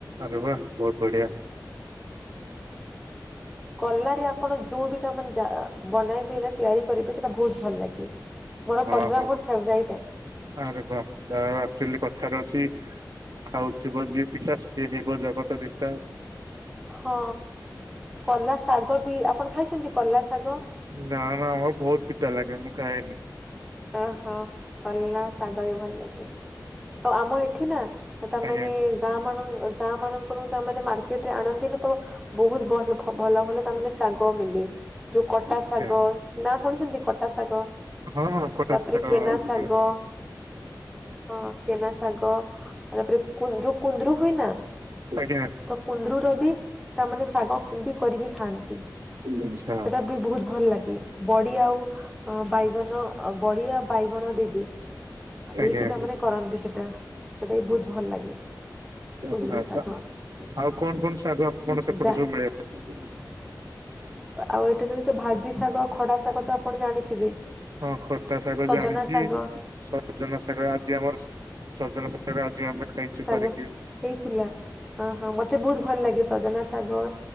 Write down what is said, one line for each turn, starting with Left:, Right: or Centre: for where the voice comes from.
Right: ଆରେ ବା ବହୁତ ବଢିଆ।
Centre: କଲାରେ ଆପଣ ଯୋଉ ବି ତା ମାନେ ଯା ବନାଇବେ ନା ତିଆରି କରିବେ ସେଇଟା ବହୁତ ଭଲ ଲାଗିବ। ମୋର
Right: ହଁ
Centre: କଲରା
Right: ହଁ।
Centre: ବହୁତ୍ ଫେବ୍ରାଇଟ ଏ।
Right: ଆରେ ବା ଯାହା ହୋଉ ଆକଚୁଆଲି କଥାରେ ଅଛି ଖାଉଥିବ ଯିଏ ପିତା ସିଏ ହେବ ଜଗତ ଜିତା ଆଉ।
Centre: ହଁ କଲା ଶାଗ ବି ଆପଣ ଖାଇଛନ୍ତି କଲା ଶାଗ?
Right: ନା ନା ଆମର ବହୁତ ପିଟା ଲାଗେ ମୁଁ ଖାଏନି।
Centre: ଓହୋ କଲା ଶାଗ ବି ଭଲ ଲାଗେ ଆଉ ଆମ ଏଠି ନା ତାମାନେ
Right: ଆଜ୍ଞା
Centre: ଗାଁ ମାନଙ୍କୁ ଗାଁ ମାନଙ୍କରୁ ତାମାନେ ମାର୍କେଟ ରେ ଆଣନ୍ତିନି ତ ବହୁତ ଭଲ ଭଲ ଭଲ ତା ମାନେ ଶାଗ ମିଲେ। ଯୋଉ କଟା
Right: ଆଛା
Centre: ଶାଗ ନାଁ ଶୁଣିଛନ୍ତି କଟା ଶାଗ?
Right: ହଁ ହଁ। ଖଟା
Centre: ତାପରେ
Right: ଶାଗ
Centre: କେନା ସାଗ।
Right: ଫଳ।
Centre: ହଁ କେନା ଶାଗ ତାପରେ କୁ ଯୋଉ କୁନ୍ଦ୍ରୁରୁ ହୁଏ ନା?
Right: ଆଜ୍ଞା।
Centre: ତ କୁନ୍ଦୁରୁର ବି ତାମାନେ ଶାଗ କରିକି ଖାଆନ୍ତି।
Right: ଆଚ୍ଛା।
Centre: ସେଟା ବି ବହୁତ ଭଲ ଲାଗେ ବଡି ଆଉ ବାଇଗଣ। ଆଉ ବଡି ଆଉ ବାଇଗଣ ଦିଦି
Right: ଆଚ୍ଛା
Centre: ଦେଇକି ତା ମାନେ କରନ୍ତି ସେଟା। ସେଇଟା ବି ବହୁତ ଭଲ ଲାଗେ।
Right: ଆଚ୍ଛା
Centre: କୁନ୍ଦୁରୁ
Right: ଆଛା
Centre: ଶାଗ
Right: ଆଉ କଣ କଣ ସାଗ କଣ ସେପଟ
Centre: ଯା
Right: ସବୁ ମିଳେ? <unintelligible>
Centre: ଆଉ ଏଇଠି ଯ ଯୋଉ ଭାଜି ଶାଗ ଖଡା ଶାଗ ତ ଆପଣ ଜାଣିଥିବେ।
Right: ହଁ ଖଟା ଶାଗ
Centre: ସଜନା
Right: ଜାଣିଛି
Centre: ଶାଗ
Right: ସଜନା ସାଗ ଆଜି ଆମର ସଜନା ଶାଗ ଆଜି ଆମେ ଖାଇଛୁ
Centre: ଶାଗ
Right: କରିକି।
Centre: ହେଇଥିଲା ହଁ ହଁ ମତେ ବହୁତ ଭଲ ଲାଗେ ସଜନା ଶାଗ।